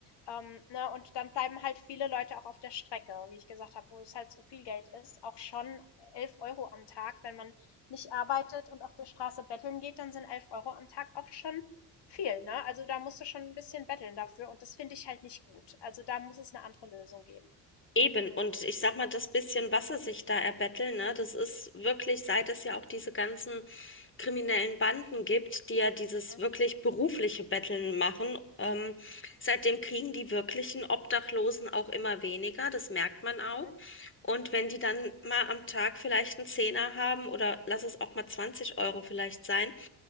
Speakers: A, on the left (about 55°); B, on the left (about 25°).
A: ähm, ne, und dann bleiben halt viele Leute auch auf der Strecke, wie ich gesagt habe, wo es halt so viel Geld ist. Auch schon 11 Euro am Tag, wenn man nicht arbeitet und auf der Straße betteln geht, dann sind 11 Euro am Tag auch schon viel, ne? Also da musst du schon ein bisschen betteln dafür und das finde ich halt nicht gut. Also da muss es eine andere Lösung geben.
B: Eben, und ich sag mal, das bisschen, was sie sich da erbetteln, ne, das ist wirklich, seit es ja auch diese ganzen kriminellen Banden gibt, die ja dieses
A: Mhm.
B: wirklich berufliche Betteln machen, ähm, seitdem kriegen die wirklichen Obdachlosen auch immer weniger, das merkt man auch.
A: Mhm.
B: Und wenn die dann mal am Tag vielleicht einen Zehner haben oder lass es auch mal 20 Euro vielleicht sein,